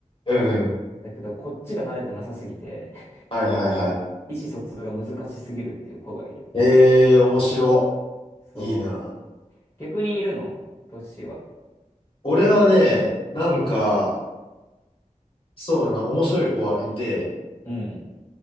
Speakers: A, on the left (about 45°); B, on the left (about 20°).
A: うん、うん。
B: だけど、こっちが慣れてなさすぎて
A: はいはいはい。
B: <laughs> 意思疎通が難しすぎるっていう子がいる。
A: ええー、面白。
B: そう。
A: いいな。
B: 逆にいるのトッシーは。
A: 俺はね、なんか、そうだな、面白い子はいて、
B: うん、